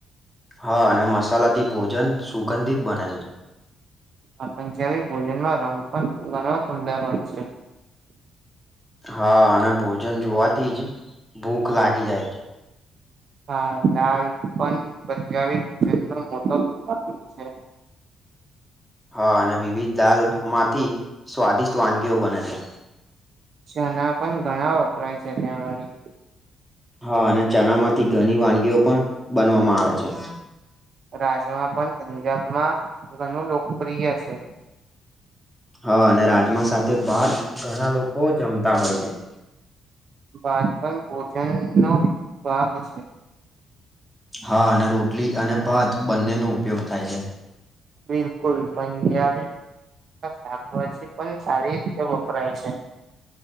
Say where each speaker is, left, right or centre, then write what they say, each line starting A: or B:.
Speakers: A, in the centre; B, on the right.
A: હા અને મસાલા થી ભોજન સુગંધિત બને છે
B: પંજાબી ભોજનમાં રંગ પણ ઘણો સુંદર હોય છે
A: હા અને ભોજન જોવાથી જ ભૂખ લાગી જાય
B: હા દાલ પણ પંજાબી ભોજન નો મોટો ભાગ છે
A: હા અને વિવિધ દાલ માંથી સ્વાદિષ્ટ વાનગીઓ બને છે
B: છના પણ ઘણા વપરાય છે ત્યાં અગાડી
A: હા અને ચના માંથી ઘણી વાનગીઓ પણ બનવામાં આવે છે
B: રાજમા પણ પંજાબમાં ઘણું લોકપ્રિય છે
A: હા અને રાજમા સાથે ભાત ઘણા લોકો જમતા હોય છે.
B: ભાત પણ ભોજનનો એક ભાગ છે.
A: હા અને રોટલી અને ભાત બંનેનો ઉપયોગ થાય છે.
B: બિલકુલ. પંજાબી એમાં શાકભાજી પણ સારી રીતે વપરાય છે.